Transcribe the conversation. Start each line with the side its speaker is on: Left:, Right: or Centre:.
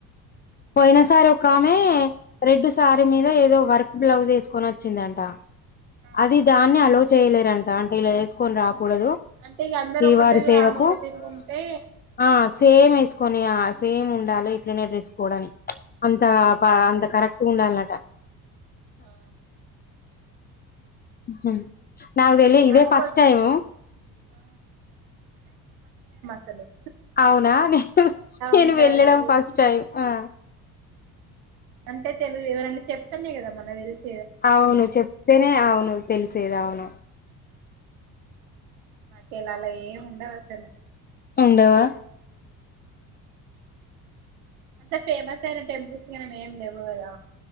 Left: పోయిన సారి ఒక ఆమె రెడ్ సారీ మీద ఏదో వర్క్ బ్లౌజ్ వేసుకొని వచ్చిందంట
Right: ఆ
Left: అది దాన్ని ఆలోచ చేయలేర అంట అంటే ఇలా వేకొని రా కూడదు
Right: అంటే ఇగ అందరు
Left: శ్రీవారి
Right: ఒకటి
Left: సేవకు
Right: ఆమె ఒక తిరుగుంటే
Left: ఆ సేమ వే కొని సేమ్ ఉండాలి ఇట్లనే డెస్ కుడం అంత
Right: ఉమ్
Left: బా అంత కరెక్ట్ డాలట
Right: ఆ
Left: హ నాదలి ఇదే
Right: మనకొ
Left: ఫస్ట్ టైము
Right: ఆ చలో
Left: అవునా నేను నేను
Right: ఉంటది
Left: వెళ్ళడం ఫస్ట్ టైమ్ ఆ
Right: అంటే తెలుదు ఎవరన్నా చెప్తనే కదా మన తెలుసు
Left: అవును చెప్తేనే అవును తెలిసేది అవును
Right: మాకేల అలా ఏం ఉండవు అసలు
Left: ఉండవా
Right: అంత ఫేమస్ అయిన టెంపుల్స్ మనం ఏం లేగు కదా